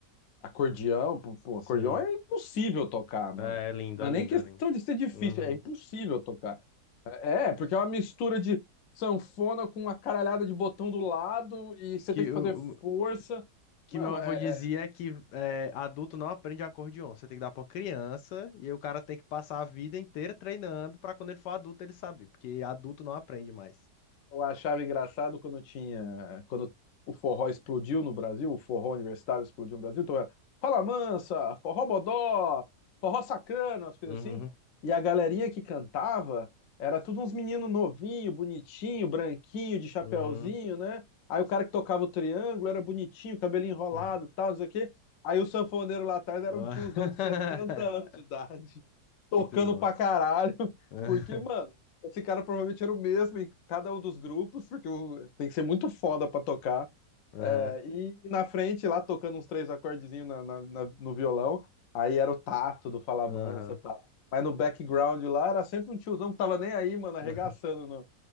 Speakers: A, on the left; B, on the left.
A: acordeão, pô, pô,
B: sim.
A: acordeão é impossível tocar, mano.
B: É, é lindo,
A: Não
B: é
A: é
B: lindo,
A: nem questão
B: é lindo.
A: de ser difícil,
B: Uhum.
A: é impossível tocar. É, porque é uma mistura de sanfona com uma caralhada de botão do lado e você
B: Que
A: tem que
B: o,
A: fazer
B: o-
A: força.
B: que
A: Mano,
B: meu avô
A: é,
B: dizia
A: é,
B: é que é, adulto não aprende acordeon. Você tem que dar pra uma criança e aí o cara tem que passar a vida inteira treinando pra quando ele for adulto ele saber, porque adulto não aprende mais.
A: Eu achava engraçado quando tinha, quando o forró explodiu no Brasil, o forró universitário explodiu no Brasil, então era Fala Mansa, Forró Bodó, Forró Sacana, as coisas
B: Uhum,
A: assim. E a galerinha que cantava era tudo uns meninos novinho, bonitinho, branquinho, de chapéuzinho,
B: uhum.
A: né? Aí o cara que tocava o triângulo era bonitinho, cabelinho enrolado,
B: uhum.
A: e tal, não sei o quê. Aí o sanfoneiro lá atrás era
B: <laughs>
A: um tiozão de 70 anos de idade, <laughs> tocando
B: Muito bom.
A: pra caralho.
B: <laughs>
A: Porque, mano, esse cara provavelmente era o mesmo em cada um dos grupos, porque o- tem que ser muito foda pra tocar.
B: Aham,
A: É, e na frente, lá tocando uns três acordezinhos na- na- na- no violão, aí era o Tato do Fala
B: aham.
A: Mansa e tal. Mas no background lá era sempre um tiozão que tava nem aí, mano, arregaçando.
B: aham.
A: no-